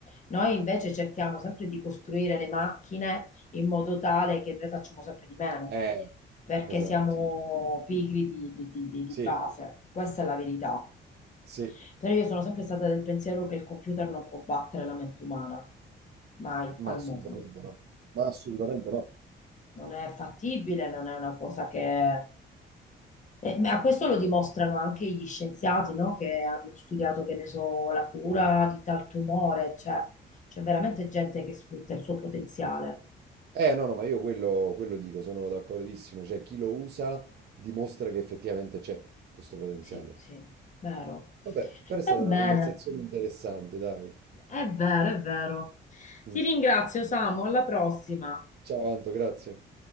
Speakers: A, on the left (about 40°); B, on the right (about 55°).
A: Noi invece cerchiamo sempre di costruire le macchine in modo tale che noi facciamo sempre di meno,
B: Eh,
A: perché
B: esatto.
A: siamo pigri di, di di- di- di
B: Sì,
A: base, questa è la verità.
B: sì,
A: Però io sono sempre stata del pensiero che il computer non può battere la mente umana, mai
B: ma
A: al
B: assolutamente
A: mondo
B: no. Ma assolutamente no.
A: non è fattibile, non è una cosa che... eh, ma questo lo dimostrano anche gli scienziati, no? Che hanno studiato, che ne so, la cura di tal tumore, cioè c'è veramente gente che sfrutta il suo potenziale.
B: Eh, no, no, ma io quello, quello dico, sono d'accordissimo. Cioè, chi lo usa dimostra che effettivamente c'è questo potenziale.
A: Sì, sì, vero.
B: Vabbè, però
A: Va
B: è stata
A: bene,
B: una conversazione interessante, dai.
A: è vero, è vero.
B: Mm.
A: Ti ringrazio, Samu, alla prossima.
B: Ciao, Anto, grazie.